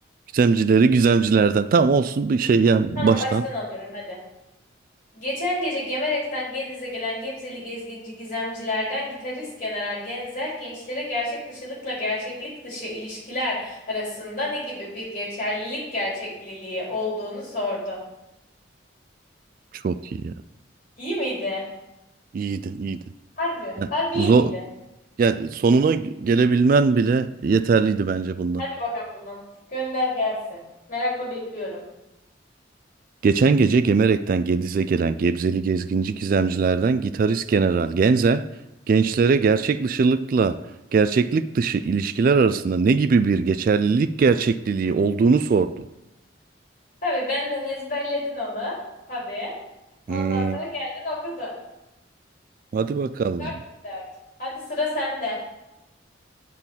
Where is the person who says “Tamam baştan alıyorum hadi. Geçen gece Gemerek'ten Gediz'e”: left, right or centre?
Left